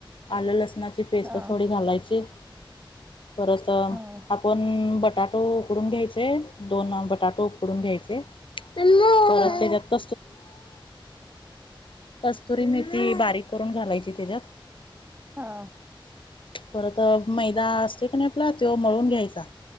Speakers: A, on the left; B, on the right.
A: आलं लसणाची पेस्ट
B: हा
A: थोडी घालायची परत
B: हा
A: आपण बटाटो उकडून घ्यायचे दोन बटाटो उकडून घ्यायचे तर
B: हा
A: त्याज्यात कस्तुरी मेथी बारीक करून घालायची त्याच्यात
B: हा.
A: परत मैदा असते का नाही आपला तो मळून घ्यायचा